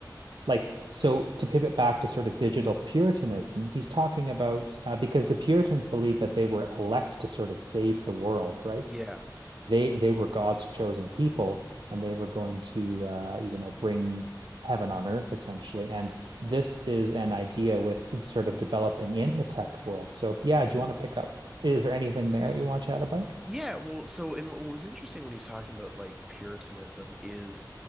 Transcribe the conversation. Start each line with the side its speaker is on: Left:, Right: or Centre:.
Right: Like, so to pivot back to sort of digital Puritanism, he's talking about uh, because the Puritans believed that they were elect to sort of save the world, right?
Centre: yes.
Right: They they were God's chosen people, and they were going to, uh, you know, bring heaven on earth essentially. And this is an idea with sort of developing in the tech world. So yeah,
Centre: hmm
Right: do you want to pick up? Is there anything there that you want to chat about?
Centre: Yeah, well, so and what was interesting when he's talking about like Puritanism is